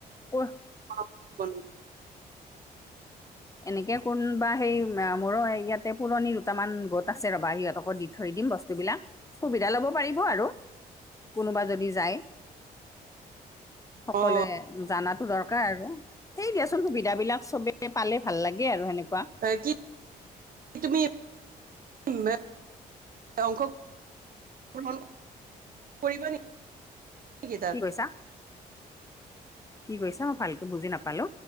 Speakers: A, on the left; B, on the right.
A: কৰ
B: অ' <unintelligible>
A: এনেকে কোনোবা সেই মোৰো ইয়াতে পুৰণি দুটামান গোট আছে ৰবা সিহঁতকো দি থৈ দিম বস্তুবিলাক সুবিধা ল'ব পাৰিব আৰু কোনোবা যদি যায়। সকলোৱে
B: অ
A: জানাতো দৰকাৰ আৰু সেই দিয়াচোন সুবিধা বিলাক চবে পালে, ভাল লাগে আৰু সেনেকুৱা।
B: কি কি তুমি <unintelligible> অংশ <unintelligible> কৰিবা নেকি তাত?
A: কি কৈছা? কি কৈছা মই ভালকে বুজি নাপালো।